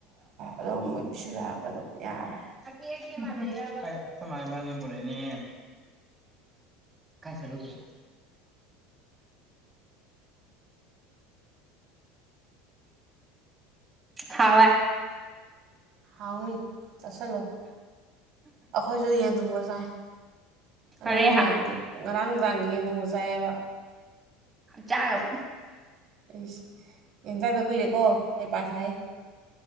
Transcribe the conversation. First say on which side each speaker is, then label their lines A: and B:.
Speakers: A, on the right; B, on the right.
A: ꯑꯗꯨꯝꯣꯏ ꯄꯤꯁꯤꯜꯂꯛꯑꯒ ꯑꯗꯨꯝ ꯌꯥꯔꯦ
B: ꯁꯥꯏꯕꯅꯤꯕꯦꯅꯦ ꯀꯥꯏ ꯆꯂꯒ ꯍꯥꯎꯕꯦ
A: ꯑꯥꯎꯅꯤ ꯆꯠꯁꯤꯜꯂꯣ ꯑꯩꯈꯣꯏꯁꯨ ꯌꯦꯡ ꯊꯪꯕꯠ ꯌꯥꯏ ꯉꯥꯡ
B: ꯍꯣꯔꯦꯟ
A: ꯅꯨꯡꯗꯥꯡ ꯉꯔꯥꯡ ꯗꯥꯥꯡ ꯌꯦꯟ ꯊꯪꯕ ꯆꯥꯏꯑꯕ
B: ꯆꯥꯒꯄ
A: ꯑꯩꯁ ꯌꯦꯟꯖꯥꯛꯇ ꯀꯨꯏꯔꯦꯀꯣ ꯍꯩꯄꯥ ꯁꯥꯏ